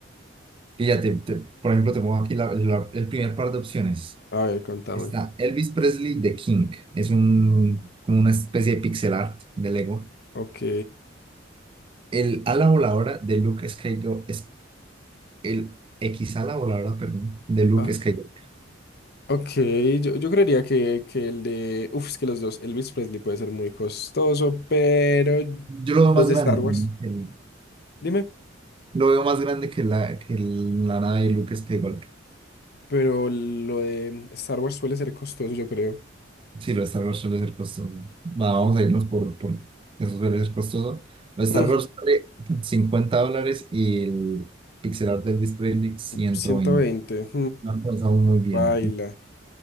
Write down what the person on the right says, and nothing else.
Fíjate, te- por ejemplo, te pongo aquí la- la- el primer par de opciones.
Está Elvis Presley The King. Es un, como una especie de pixel art de Lego.
El ala voladora de Luke Skywalker es el X ala voladora, perdón, de Luke
Skywalker.
Yo lo veo
más
grande
también.
que el-
Lo veo más grande que la, que el- la nave de Luke Skywalker.
Sí, lo de Star Wars suele ser costoso. Va, vamos
a irnos por, por eso suele ser costoso. Lo de Star
Wars vale 50 dólares y el pixel art de Elvis Presley ciento
veinte No alcanzamos muy bien.